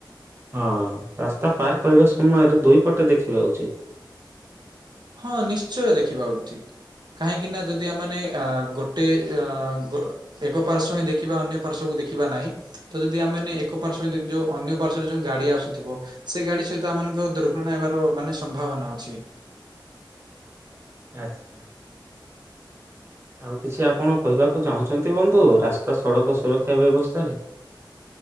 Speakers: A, on the right (about 30°); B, on the right (about 60°).
A: ହଁ ରାସ୍ତା ପାର୍ କରିବା ସମୟରେ ଦୁଇ ପଟେ ଦେଖିବା ଉଚିତ୍।
B: ହଁ ନିଶ୍ଚୟ ଦେଖିବା ଉଚିତ। କାହିଁକି ନା ଯଦି ଆମେମାନେ ଅ ଗୋଟେ ଅ ଏକ ପାର୍ଶ୍ ହିଁ ଦେଖିବା ଅନ୍ୟ ପାର୍ଶକୁ ଦେଖିବା ନାହିଁ ତ ଯଦି ଆମେ ଏକ ପାର୍ଶ୍ ହିଁ ଯୋଉ ଅନ୍ୟ ପାର୍ଶରେ ଯୋଉ ଗାଡି ଆସୁଥିବ ସେ ଗାଡି ସହିତ ଆମମାନଙ୍କର ଦୁର୍ଘଟଣା ହେବାର ମାନେ ସମ୍ଭାବନା ଅଛି।
A: ଆଚ୍ଛା। ଆଉ କିଛି ଆପଣ କହିବାକୁ ଚାହୁଁଛନ୍ତି ବନ୍ଧୁ ରାସ୍ତା ସଡକ ସୁରକ୍ଷା ବ୍ୟବସ୍ଥାରେ?